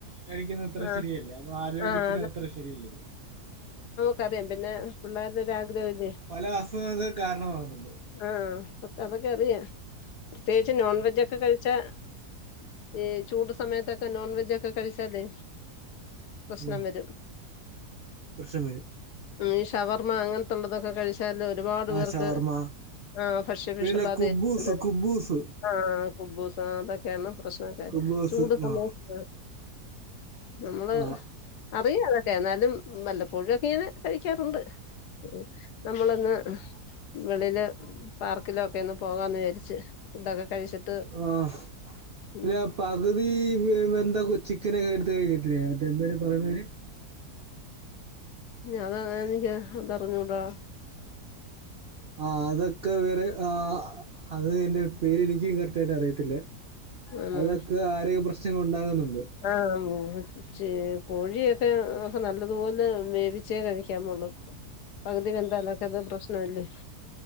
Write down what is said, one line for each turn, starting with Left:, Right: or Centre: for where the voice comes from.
Right: കഴിക്കുന്നത്ര
Left: ആഹ്
Right: ശെരിയല്ല നമ്മളാരോഗ്യത്തിന്
Left: ആഹ്
Right: അതത്ര ശെരിയല്ലത്
Left: ക്കറിയാം പിന്നെ പിള്ളാരുടെ ഒരു ആഗ്രഹല്ലേ
Right: പല അസുഖങ്‌ക്ക് കാരണമാകുന്നുണ്ട്
Left: ആഹ് അതൊക്കെറിയാ പ്രത്യേകിച്ച് നോൺ
Right: ഉം.
Left: വെജൊക്കെ കഴിച്ചാ ഈ ചൂട് സമയത്തൊക്കെ നോൺവെജൊക്കെ കഴിച്ചാലേ പ്രശ്നം
Right: ഓ
Left: വെരും
Right: പ്രശ്നം വരും
Left: ഈ ഷവർമ്മ അങ്ങൻത്തുള്ളതൊക്കെ കഴിച് ച്ചാലൊരുപാട്
Right: ആ
Left: പേർക്ക്
Right: ഷവർമ്മ
Left: ആഹ് ഭക്ഷ്യവിഷബാത
Right: പിന്നല്ല കുബൂസ്
Left: ഏറ്റിട്ടുണ്ട്
Right: കുബൂസ്
Left: ആഹ് കുബൂസ് അതൊക്കേണ് പ്രശ്നക്കാര്
Right: കുബൂസ്
Left: ചൂട് സമയത്ത്
Right: ആ
Left: നമ്മള്
Right: ആ
Left: അറിയുംഅതൊക്കെ എന്നാലും വല്ലപ്പൊഴൊക്കെങ്ങനെ കഴിക്കാറുണ്ട്. ഉ നമ്മളന്ന് വെളില് പാർക്കിലൊക്കെന്ന് പോകാന്ന് വിചാരിച്ച് ഫുഡൊക്കെ കഴിച്ചിട്ട്
Right: ആഹ്
Left: ഉം
Right: ല പകുതീ വ് വെന്ത ചിക്കനൊക്കെടുത്ത് കഴിക്കത്തില്ലേ മറ്റേ എന്തായിന് പറയ്ന്ന പേര്
Left: ഞാൻ ത എനിക്കത് അറിഞ്ഞൂടാ
Right: ആ അതൊക്കെവര് ആ അത് എന്റെ പേര് എനിക്കും കറക്റ്റായിട്ടറിയത്തില്ല
Left: ആണോ
Right: അതൊക്കെ ആരോഗ്യ പ്രശ് ശ്നങ്ങൾ ഉണ്ടാകുന്നുണ്ട്.
Left: ആഹ് മൂവ്സ് ഷേ കോഴിയൊക്കെ നല്ലതുപോലെ വേവിച്ചേ കഴിക്കാമൊള്ളൂ പകുതി വെന്താലക്കെന്തോ പ്രശ്നല്ലേ